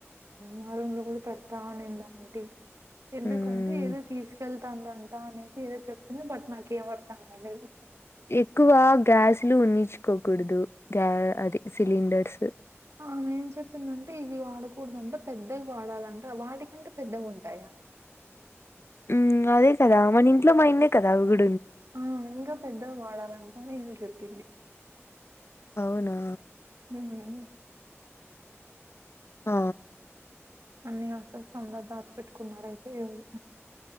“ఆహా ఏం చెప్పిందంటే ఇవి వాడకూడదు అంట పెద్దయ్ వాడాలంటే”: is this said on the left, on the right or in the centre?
Right